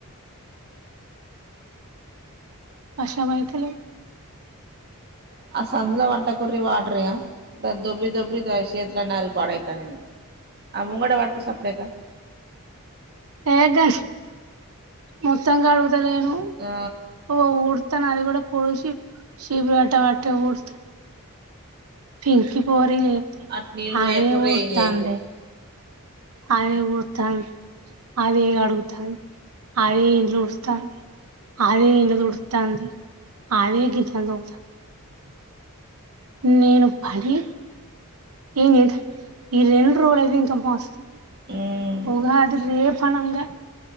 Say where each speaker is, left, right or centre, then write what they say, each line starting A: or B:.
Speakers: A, on the right; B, on the right.
A: వాషామైత లేద్
B: ఆ సందుల వట్ట కుర్ర్రి వాటారే. దాని దొబ్బి దోబ్బి దా చేతులాన్ని అరిగి పడయి తన్నయి ఆ ముంగడ వాట్టు సాప్పు డేక
A: ఏ దాస్ మొత్తం కాడుతు గుత లేను
B: ఆ
A: ఇగ ఉడ్తన్నా అది గూడ పోడుసి సిపిరి కట్ట వాట్టే ఊడుస్త ఫింకి పోరీలే
B: అటు నీళ్ళు
A: అదే
B: పోయకుర్రి
A: ఊడుతందే
B: ఏం చేయకుర్రి
A: అదే ఊడ్ తంది. అదే కాడుగుతంది. అదే ఇండ్లు ఊడుసాంది. అదే ఇళ్ళు తుడుతాంది. ఆదే గింతంత <unintelligible> నేను పడి ఏం చెత్తన్న. ఈ రెండు రోజులు అయితే ఇంకా మస్తుంది.
B: ఉమ్
A: ఉగాది రేపూ ఆనంగా